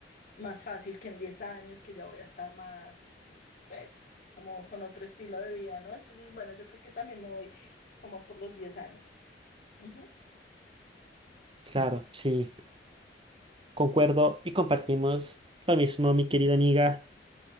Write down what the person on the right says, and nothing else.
claro, sí, concuerdo y compartimos lo mismo, mi querida amiga.